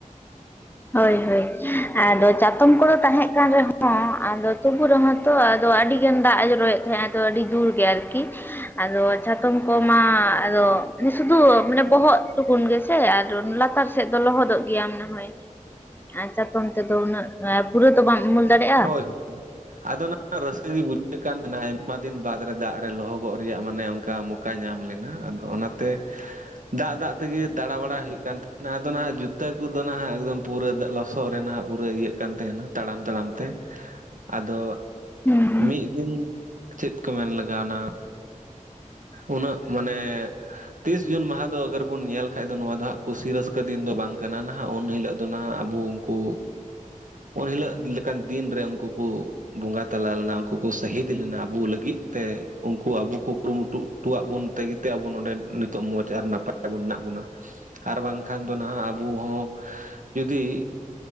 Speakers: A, on the left; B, on the right.
A: ᱦᱳᱭ ᱦᱳᱭ ᱟᱫᱚ ᱪᱟᱛᱚᱢ ᱠᱚᱫᱚ ᱛᱟᱦᱮᱸ ᱠᱟᱱ ᱨᱮᱦᱚᱸ ᱟᱫᱚ ᱛᱩᱵᱩ ᱨᱮᱦᱚᱸ ᱛᱚ ᱟᱫᱚ ᱟᱹᱰᱤᱜᱟᱱ ᱫᱟᱜᱼ ᱮ ᱡᱚᱨᱚᱭᱮᱫ ᱛᱟᱦᱮᱸᱫ ᱟᱫᱚ ᱟᱹᱰᱤ ᱡᱩᱨ ᱜᱮ ᱟᱨᱠᱤ ᱟᱫᱚ ᱪᱷᱟᱛᱚᱢ ᱠᱚᱢᱟ ᱟᱫᱚ ᱥᱩᱫᱩ ᱢᱟᱱᱮ ᱵᱚᱦᱚᱜ ᱴᱩᱠᱩᱱ ᱜᱮᱥᱮ ᱟᱨ ᱞᱟᱛᱟᱨ ᱥᱮᱫ ᱫᱚ ᱞᱚᱦᱚᱫᱚᱜ ᱜᱮᱭᱟᱢ ᱱᱟᱦᱚᱭ ᱟ ᱪᱟᱛᱚᱢ ᱛᱮᱫᱚ ᱩᱱᱟᱹᱜ ᱯᱩᱨᱟᱹ ᱛᱚ ᱵᱟᱢ ᱩᱢᱩᱞ ᱫᱟᱲᱮᱭᱟᱜᱼᱟ
B: ᱦᱳᱭ ᱦᱳ ᱟᱫᱚ ᱚᱱᱟ ᱨᱟᱹᱥᱠᱟᱹ ᱜᱮ ᱵᱩᱡᱷᱟᱹᱜ ᱠᱟᱱ ᱛᱟᱦᱮᱱᱟ ᱟᱭᱢᱟ ᱟᱭᱢᱟ ᱫᱤᱱ ᱵᱟᱫᱽ ᱨᱮ ᱫᱟᱜ ᱨᱮ ᱞᱚᱦᱚᱫᱚᱜ ᱨᱮᱭᱟᱜ ᱢᱟᱱᱮ ᱚᱱᱠᱟ ᱢᱚᱠᱟ ᱧᱟᱢ ᱞᱮᱱᱟ ᱟᱫᱚ ᱚᱱᱟᱛᱮ ᱫᱟᱜ ᱫᱟᱜ ᱛᱮᱜᱮ ᱫᱟᱬᱟᱵᱟᱲᱟᱭ ᱦᱩᱭᱩᱜ ᱠᱟᱱ ᱛᱟᱦᱮᱱᱟ ᱟᱫᱚ ᱱᱟᱦᱟᱜ ᱡᱩᱛᱟᱹ ᱠᱚᱫᱚ ᱱᱟᱦᱟᱜ ᱮᱠᱫᱚᱢ ᱯᱩᱨᱟᱹ ᱞᱚᱥᱚᱫ ᱨᱮᱦᱟᱜ ᱯᱩᱨᱟᱹ ᱤᱭᱟᱹᱜ ᱠᱟᱱ ᱛᱟᱦᱮᱱᱟ ᱛᱟᱲᱟᱢ ᱛᱟᱲᱟᱢ ᱛᱮ ᱟᱫᱚ
A: ᱦᱩᱸ ᱦᱩᱸ
B: ᱢᱤᱫ ᱫᱤᱱ ᱪᱮᱫ ᱠᱚ ᱢᱮᱱ ᱞᱮᱠᱟ ᱚᱣᱱᱟ ᱩᱱᱟᱹᱜ ᱢᱟᱱᱮ ᱛᱤᱥ ᱡᱩᱱ ᱢᱟᱦᱟ ᱫᱚ ᱟᱜᱚᱨ ᱵᱚᱱ ᱧᱮᱞ ᱵᱟᱠᱷᱟᱡ ᱫᱚ ᱱᱚᱣᱟ ᱫᱚ ᱦᱟᱸᱜ ᱠᱩᱥᱤ ᱨᱟᱹᱥᱠᱟᱹ ᱫᱤᱱ ᱫᱚ ᱵᱟᱝ ᱠᱟᱱᱟ ᱱᱟᱦᱟᱜ ᱩᱱ ᱦᱤᱞᱳᱜ ᱫᱚ ᱱᱟᱦᱟᱜ ᱟᱵᱚ ᱩᱱᱠᱩ ᱩᱱᱦᱤᱞᱳ ᱞᱮᱠᱟᱱ ᱫᱤᱱ ᱨᱮ ᱩᱱᱠᱩ ᱠᱚ ᱵᱚᱸᱜᱟ ᱛᱟᱞᱟ ᱞᱮᱱᱟ ᱩᱱᱠᱩ ᱠᱚ ᱥᱟᱹᱟᱦᱤᱫ ᱞᱮᱱᱟ ᱟᱵᱚ ᱞᱟᱹᱜᱤᱫ ᱛᱮ ᱩᱱᱠᱩ ᱟᱵᱚ ᱠᱚ ᱠᱩᱨᱩᱢᱩᱴᱩ ᱴᱚᱣᱟᱜ ᱵᱚᱱ ᱛᱮᱜᱮᱛᱮ ᱟᱵᱚ ᱱᱚᱰᱮ ᱱᱤᱛᱚᱜ ᱢᱚᱡᱽ ᱟᱨ ᱱᱟᱯᱟᱭᱵᱚᱱ ᱢᱮᱱᱟᱜ ᱵᱚᱱᱟ ᱟᱨ ᱵᱟᱝᱠᱷᱟᱱ ᱫᱚ ᱱᱟᱦᱟᱜ ᱟᱵᱚ ᱦᱚᱸ ᱡᱩᱫᱤ